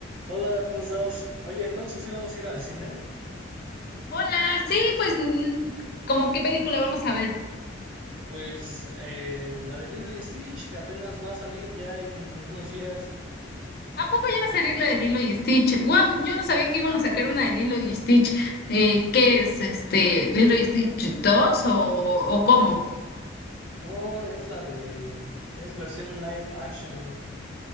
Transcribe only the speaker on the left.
Hola, sí, pues, mm, ¿cómo qué película vamos a ver?
¿A poco ya va a salir la de Lilo y Stitch? Wow, yo no sabía que iban a sacar una de Lilo y Stitch. Eh, ¿qué es, este, Lilo y Stitch 2 o, o cómo?